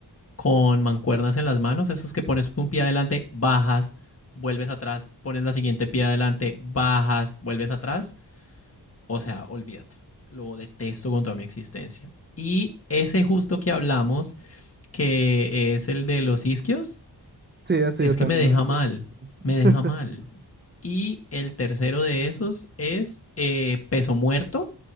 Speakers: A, on the left; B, on the right.
A: con mancuernas en las manos, esos que pones un pie adelante, bajas, vuelves atrás, pones la siguiente pie adelante, bajas, vuelves atrás. O sea, olvídate. Lo detesto con toda mi existencia. Y ese justo que hablamos, que es el de los isquios,
B: Sí, eso
A: es
B: yo también
A: que me deja
B: lo detesto.
A: mal,
B: <laughs>
A: me deja mal. Y el tercero de esos es eh, peso muerto,